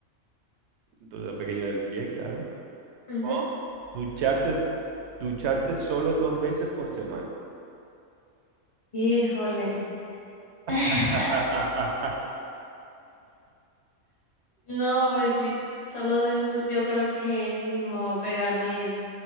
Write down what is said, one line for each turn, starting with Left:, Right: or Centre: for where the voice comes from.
Right: tu dedo pequeño del pie, claro,
Left: Ujú.
Right: o ducharse, ducharte solo dos veces por semana.
Left: Híjole. <laughs>
Right: <laughs>
Left: No, pues sí, solo disfr- yo creo que ni modo pegarme en,